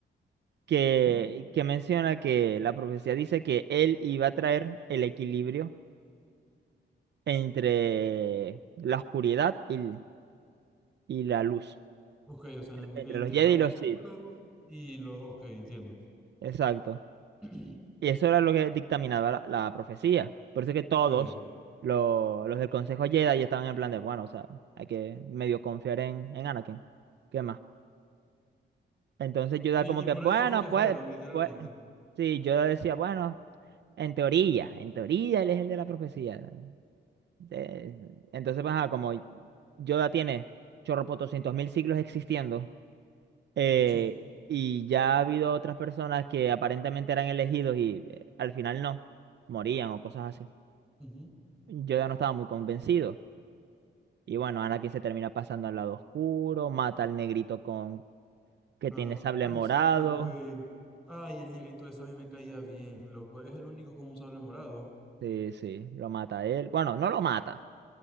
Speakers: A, on the right; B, in the centre.
A: Que,
B: Ujú,
A: que menciona que la profecía dice que él iba a traer el equilibrio entre la oscuridad y, y la luz,
B: Ok, o sea, en-
A: entre
B: entre
A: los Jedi
B: el lado
A: y los
B: oscuro
A: Sith,
B: y los. Ok, entiendo.
A: exacto.
B: <clears throat>
A: Y eso era lo que dictaminaba la, la profecía. Por eso que todos
B: Ok. Y,
A: lo- los del Consejo Jedi estaban en plan de, bueno, o sea, hay que medio confiar en, en Anakin. ¿Qué más? Entonces Yoda
B: y
A: como que,
B: por
A: bueno,
B: eso fue que
A: pues,
B: fueron, literalmente.
A: pues, sí, Yoda decía, bueno, en teoría, en teoría él es el de la profecía. De- entonces, pues, ajá, como Yoda tiene chorro chorropotoscientos mil siglos existiendo Eh,
B: Pues sí.
A: y ya ha habido otras personas que aparentemente eran elegidos y eh, al final no, morían o cosas así.
B: Ujú.
A: Yo ya no estaba muy convencido. Y bueno, Anakin se termina pasando al lado oscuro, mata al negrito con que
B: A
A: tiene
B: la
A: sable morado.
B: bestia, güey. Ay, el negrito ese a mí me caía bien, loco. Es el único con un sable morado.
A: Sí, sí, lo mata a él. Bueno, no lo mata.